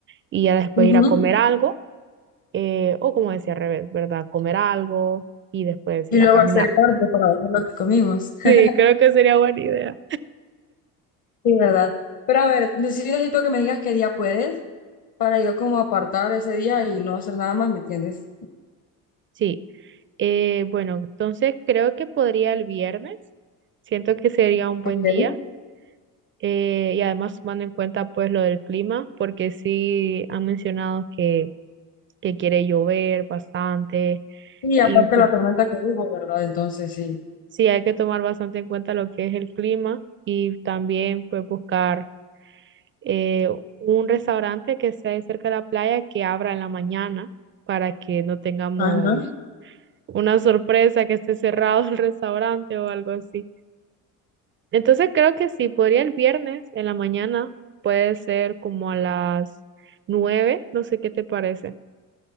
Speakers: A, on the right; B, on the left.
A: y ya después
B: ujú.
A: ir a comer algo, eh, o como decía al revés, ¿verdad? Comer algo y después
B: Y
A: ir
B: luego
A: a caminar.
B: hacer cardio para ver lo que comimos. <laughs>
A: Sí, creo que sería buena idea.
B: Sí, ¿verdad? Pero a ver, neces- necesito que me digas qué día puedes para yo como apartar ese día y no hacer nada más, ¿me entiendes?
A: Sí. Eh, bueno, entonces creo que podría el viernes. Siento que sería un buen
B: Ok.
A: día. eh, y además tomando en cuenta pues lo del clima, porque sí han mencionado que, que quiere llover bastante
B: Y
A: y
B: aparte
A: pues
B: la tormenta que hubo, ¿verdad? Entonces sí.
A: sí hay que tomar bastante en cuenta lo que es el clima y también pues buscar eh, un restaurante que esté cerca de la playa que abra en la mañana para que no tengamos
B: Ajá.
A: una sorpresa que esté cerrado <laughs> el restaurante o algo así. Entonces creo que sí, podría el viernes en la mañana, puede ser como a las nueve, no sé qué te parece.